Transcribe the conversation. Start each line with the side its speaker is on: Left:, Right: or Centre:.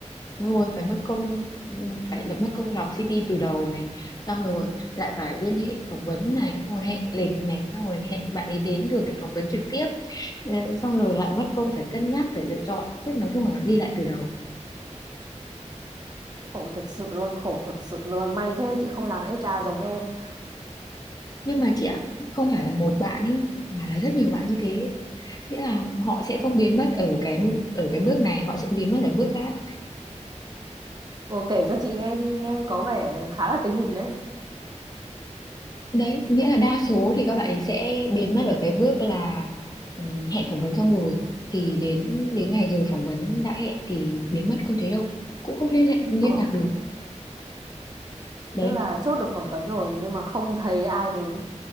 Left: Đúng rồi phải mất công ừ, phải lập mất công lọc CV từ đầu này xong rồi lại phải liên hệ phỏng vấn này xong rồi hẹn lịch này xong rồi hẹn bạn ấy đến được để phỏng vấn trực tiếp Ờ, xong rồi lại mất công phải cân nhắc phải lựa chọn tiếp nói chung là nó đi lại từ đầu
Right: Khổ thực sự luôn, khổ thực sự luôn. May thế chị không làm HR giống em.
Left: nhưng mà chị ạ không phải là một bạn ấy mà là rất nhiều bạn như thế nghĩa là họ sẽ không biến mất ở cái ở cái bước này họ sẽ biến mất ở bước khác
Right: Ồ, kể cho chị nghe đi, nghe có vẻ khá là tình hình đấy.
Left: Đấy, nghĩa là đa số thì các bạn ấy sẽ biến mất ở cái bước là ừ, hẹn phỏng vấn xong rồi thì đến
Right: Ừ.
Left: đến ngày giờ phỏng vấn đã hẹn thì biến mất không thấy đâu, cũng không liên lạc liên
Right: Ồ,
Left: lạc được. Đấy,
Right: tức là chốt được phỏng vấn rồi nhưng mà không thấy ai đến.